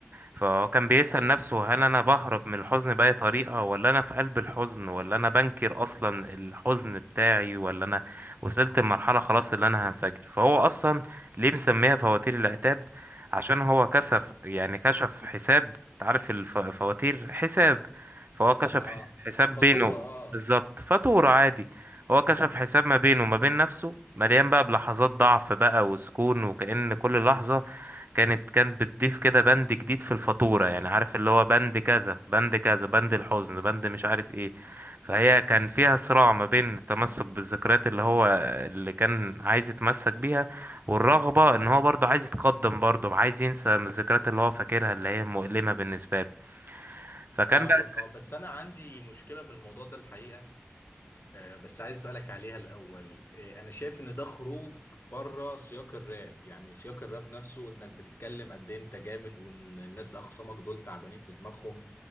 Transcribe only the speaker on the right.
فهو كان بيسأل
نفسه هل أنا بهرب من الحزن بأي طريقة ولا أنا في قلب الحزن ولا أنا بنكر أصلا الحزن بتاعي ولا أنا وصلت لمرحلة خلاص اللي أنا هنفجر فهو أصلا ليه مسميها فواتير العتاب عشان هو كشف
يعني كشف حساب أنت عارف الفواتير حساب فهو كشف
ح- حساب
بينه
بالظبط فاتورة عادي هو كشف حساب
ما بينه وما بين نفسه مليان بقى بلحظات ضعف بقى وسكون وكأن كل لحظة كانت كانت بتضيف كده بند جديد في الفاتورة يعني عارف اللي هو بند كذا بند كذا بند الحزن بند مش عارف ايه فهي كان
فيها صراع ما بين التمسك بالذكريات اللي هو اللي كان عايز يتمسك بيها والرغبة ان هو برضه عايز يتقدم برضه عايز ينسى من الذكريات اللي هو فاكرها اللي هي مؤلمة بالنسبة له فكان
بقى